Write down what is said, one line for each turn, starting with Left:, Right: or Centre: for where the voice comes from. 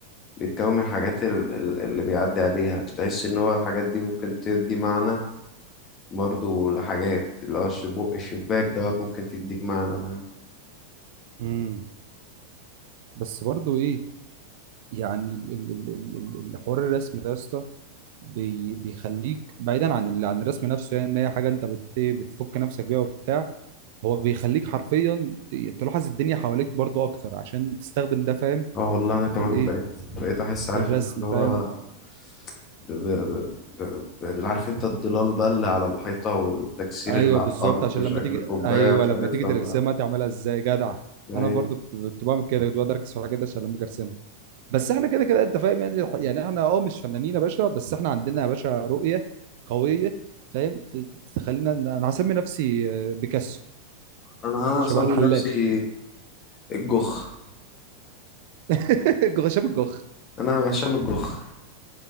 Left: بيتكون من الحاجات ال- ال- اللي بيعدي عليها تحس ان هو الحاجات دي ممكن تدي معنى برضو لحاجات اللي هو الش- بق الشباك دوت ممكن تديك معنى
Right: امم بس برضه ايه يعني ال- ال- ال- ال- ال- حوار الرسم ده يا اسطى بي- بيخليك بعيدا عن ال- عن الرسم نفسه يعني ان هي حاجه انت بت بتفك نفسك بيها وبتاع هو بيخليك حرفيا ت- تلاحظ الدنيا حواليك برضو اكتر عشان تستخدم ده فاهم
Left: اه والله انا كمان
Right: في الايه
Left: بقيت بقيت احس عارف
Right: في الرسم
Left: انت اللي
Right: فاهم
Left: هو ب... ب... ب... ب... اللي عارف انت الضلال بقى اللي على الحيطة والتكسير
Right: ايوه
Left: اللي على
Right: بالظبط
Left: الارض
Right: عشان
Left: شكل
Right: لما تيجي
Left: كوباية
Right: ايوه
Left: مش
Right: لما
Left: عارف
Right: تيجي
Left: لما
Right: ترسمها تعملها ازاي جدع
Left: اي
Right: انا برضو كنت كنت بعمل كده كنت بقدر اركز في الحاجات دي عشان لما اجي ارسمها بس احنا كده كده انت فاهم يعني يعني احنا اه مش فنانين يا باشا بس احنا عندنا يا باشا رؤية قوية فاهم ت- تخلينا إن- انا هسمي نفسي آه، بيكاسو
Left: انا
Right: شبه
Left: هسمي
Right: الحلاق
Left: نفسي الجخ
Right: <laughs> هشام الجوخ
Left: انا هشام الجخ